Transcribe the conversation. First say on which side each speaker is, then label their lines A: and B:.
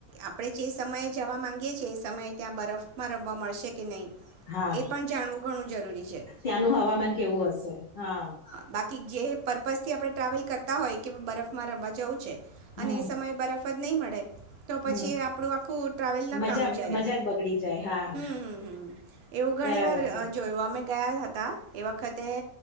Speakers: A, on the right; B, on the left.
A: આપડે જે સમયે જવા માંગીએ છીએ, એ સમયે ત્યાં બરફમાં રમવા મળશે કે નઈ?
B: હા.
A: એ પણ જાણવું ઘણું જરૂરી છે.
B: ત્યાંનું હવામાન કેવું હશે? હા.
A: બાકી જે પર્પઝથી આપડે ટ્રાવેલ કરતા હોઈએ કે બરફમાં રમવા જવું છે,
B: હમ્મ.
A: અને એ સમયે બરફ પદ નઈ મળે તો પછી
B: હમ્મ.
A: આપડુ આખું ટ્રાવેલ નકામુ
B: મજા
A: જાય.
B: મજા જ બગડી જાય હા.
A: હમ, હમ, હમ. એવું ઘણીવાર
B: બરાબર છે.
A: અ જોયું, અમે ગયા હતા એ વખતે એ